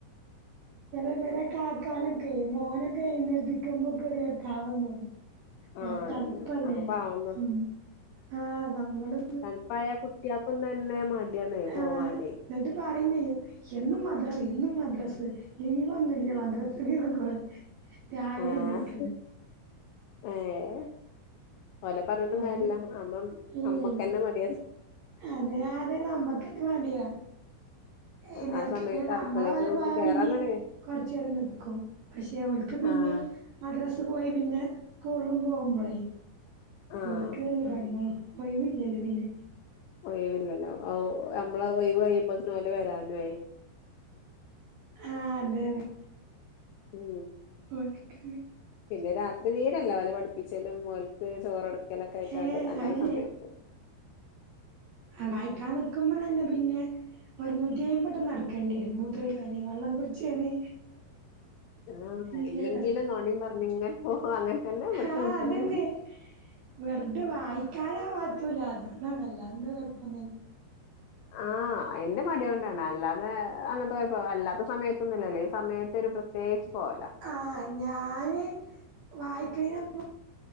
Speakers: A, on the right; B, on the left.
A: ഇവടെ കാക്കാൻ ഒക്കെ മോനൊക്കെ എണീപ്പിക്കുമ്പോൾ ഒക്കെ ഒരു പാവം തോന്നും
B: ആഹ് അതന്നെ
A: തണുപ്പല്ലേ
B: അപ്പൊ പാവം തോന്നും
A: ഹം ആഹ് നമ്മള്
B: തണുപ്പായ കുട്ടിയക്കും തന്നെ മടിയാണ് പോവാന്
A: ആഹ് എന്നിട്ട് പറയുകയും ചെയ്യും എന്നും മദ്രസ് എന്നും മദ്രസ് ലീവൊന്നും ഇല്ല മദ്രസയിൽ എന്നു പറയും രാവിലെ
B: ആഹ്
A: എഴുന്നേൽക്കണ്ടേ
B: ഏഹ് ഓലെ പറഞ്ഞിട്ടും
A: ഓല്
B: കാര്യല്ല അമ്മം
A: ഇല്ലേ
B: അമ്മക്കന്നെ മടിയാണ്
A: അതിനാദ്യ നമ്മക്കന്നെ മടിയാ ഏഹ് നക്ക
B: ആ സമയത്ത്
A: പിന്നെ നമ്മളെ
B: അടുക്കളേക്കൊക്കെ
A: പോല പോയാ
B: കേറാൻ
A: പിന്നെ
B: തന്നെ
A: കുറച്ചേരം നിക്കും പക്ഷെ ഓൽക്ക് പിന്നെം
B: ആഹ്
A: മദ്രസ് പോയി പിന്നെ സ്കൂൾ പോകുമ്പളേ
B: ആഹ്
A: ഒലിക്കതല്ലേ പണികളോ ഒഴിവില്ലല്ലേ പിന്നെ
B: ഒഴിവില്ലല്ലോ ഒ നമ്മള ഒഴിവ് കഴിയുമ്പത്ത്ന് ഓല് വരാനു ആയി
A: ആഹ് അതെതെ
B: ഉം
A: ഓൾക്ക
B: പിന്നെ രാത്രി തീരില്ല ഓലെ പഠിപ്പിച്ചലും ഓൽക്ക് ചോറ്ടക്കലൊക്കെ ആയിക്കാണ്ട്
A: ഏഹ്
B: അങ്ങനെ
A: അത്
B: സമയം പോവും
A: ആഹ് വായിക്കാൻ നിക്കുമ്പളെ തന്നെ പിന്നെ ഒരു നൂറ്റി അയ്പട്ടം നടക്കേണ്ടിരും മൂത്രയിക്കാന് വള്ളം കുടിച്ചാന്
B: ആഹ്
A: ഇങ്ങനെ
B: ഇല്ലെങ്കിലും
A: നടക്കും
B: നോണിയ പറഞ്ഞിങ്ങെനെ പോ അങ്ങനെ തന്നെ ഇവിടുത്തെ
A: ആഹ്
B: കുട്ട്യാളും
A: അത് തന്നെ വെറത വായിക്കാനാ പറ്റൂല അതുകൊണ്ടാണ് അല്ലാതെ എന്താ കുഴപ്പമൊന്നുമില്ല
B: ആഹ് ആഹ് അയിൻ്റെ മടി കൊണ്ടാണ് അല്ലാതെ അങ്ങനത്തെ കുഴപ്പം അല്ലാത്ത സമയത്തൊന്നുല്ലല്ലോ ഈ സമയത്ത് ഒരു പ്രത് തേച്ച്പോല
A: ആ ഞാന് വായിക്കണിനൊന്നും